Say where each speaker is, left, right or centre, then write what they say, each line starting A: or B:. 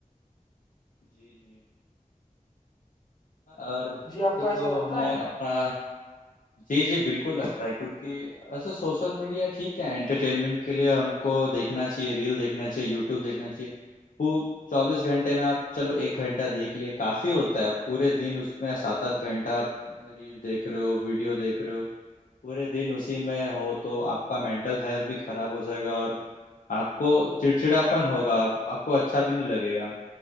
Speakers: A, on the left; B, on the left.
A: جی جی اور
B: جی
A: ویسے
B: آپ کو ایسا
A: تو
B: لگتا
A: ہمیں
B: ہے
A: اپنا جی جی بالکل لگتا ہے کیونکہ ویسے سوشل میڈیا ٹھیک ہے انٹرٹینمنٹ کے لیے ہم کو دیھکنا چاہیے ریل دیکھنا چاہیے یوٹیوب وب دیکھنا چاہیے وہ چوبیس گھنٹے میں آپ چلو ایک گھنٹہ دیکھ لیے کافی ہوتا ہے پورے دن اس اس میں سات آٹھ گھنٹہ ریل دیکھ رہے ہو ویڈیو دیکھ رہے ہو پورے دن اسی میں ہو تو آپ کا مینٹل ہیلتھ بھی خراب ہو جائے گا اور آپ کو چڑچڑاپن ہوگا آ آپ کو اچھا بھی نہیں لگے گا